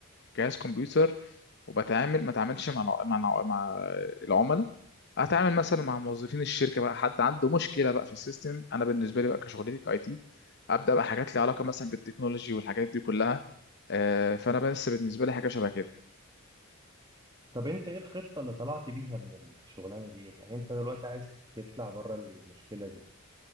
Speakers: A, on the left (about 50°); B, on the right (about 20°).
A: جهاز كمبيوتر وبتعامل ما اتعاملش مع الع- مع الع- مع العملاء اتعامل مثلا مع موظفين الشركه بقى حد عنده مشكله بقى في السيستم انا بالنسبه لي بقى كشغلتي كاي تي ابدا بقى حاجات ليها علاقه مثلا بالتكنولوجي والحاجات دي كلها آه، فانا بس بالنسبه لي حاجه شبه كده
B: طب انت ايه الخطة اللي طلعت بيها من الشغلانة دي يعني انت دلوقتي عايز تطلع بره المشكلة دي